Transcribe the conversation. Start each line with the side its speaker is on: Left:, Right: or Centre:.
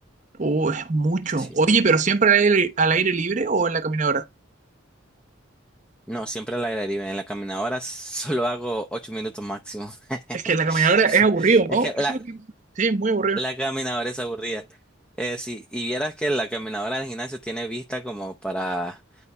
Right: Uh, es mucho.
Centre: Sí.
Right: Oye, pero siempre al aire, al aire libre o en la caminadora?
Centre: No, siempre al aire libre. En la caminadora <laughs> solo hago 8 minutos máximo. <laughs>
Right: Es que en la caminadora es aburrido, ¿no?
Centre: Es que
Right: Eso
Centre: la,
Right: es lo que... Sí, es muy aburrido.
Centre: la caminadora es aburrida. Eh, sí, y vieras que la caminadora del gimnasio tiene vista como para